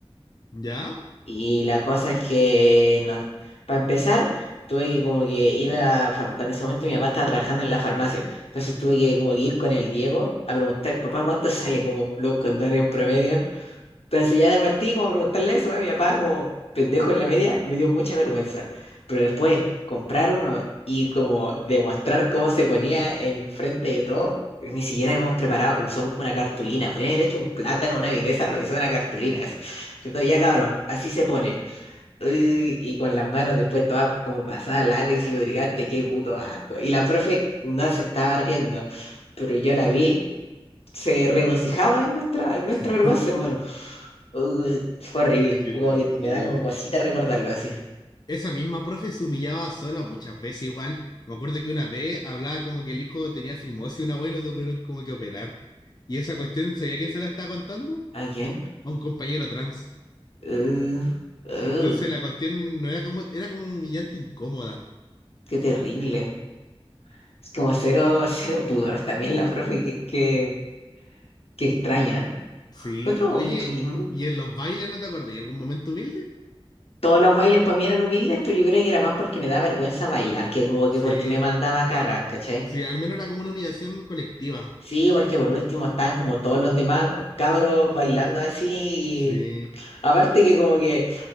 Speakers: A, on the left (about 40°); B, on the left (about 75°).
A: ¿Ya?
B: Y la cosa es que, no, para empezar, tuve que como que ir a la farmacia, en ese momento mi papá estaba trabajando en la farmacia, entonces tuve que como que ir con el Diego a preguntar, papá, ¿cuánto salen como los condones en promedio? Entonces ya de partí como preguntarle eso a mi papá como pendejo en la media, me dio mucha vergüenza. Pero después comprar uno y como demostrar cómo se ponía en frente de todo, ni siquiera habíamos preparado, usamos una cartulina, podrían haber hecho un plátano, una
A: No.
B: vienesa, lo hizo una cartulina así. Entonces ya cabros, así se pone. Uy, y con las manos después todas como pasada
A: ah,
B: látex, lubricante, qué puto asco. Y la profe no se estaba riendo, pero yo la vi, se regocijaba en nuestra, en nuestra
A: <laughs>
B: vergüenza, hermano. Uh, fue horrible.
A: qué
B: Fue
A: terrible.
B: como que me da como cosita recordarlo así.
A: Esa misma profe se humillaba sola muchas veces igual. Me acuerdo que una vez hablaba como que el hijo tenía fimosis y una abuela lo tuvieron como que operar. Y esa cuestión, ¿sabía quién se la estaba contando?
B: ¿A quién?
A: A un compañero trans.
B: Uh, uh,
A: Entonces la cuestión no era como, era como humillante incómoda.
B: qué terrible. Es como cero, <laughs> cero pudor también la profe, que, que, que extraña.
A: Sí,
B: Otro momento,
A: oye,
B: mm,
A: ¿y en los bailes no te acordás? ¿Y algún momento humilde?
B: todos los bailes para mí eran humildes, pero yo creo que era más porque me da vergüenza bailar, que como que
A: Sí,
B: porque me mandaba a cagar, ¿cachai?
A: sí, al menos era como una humillación colectiva.
B: Sí, porque por último estaban como todos los demás cabros bailando así.
A: Sí,
B: Aparte que como que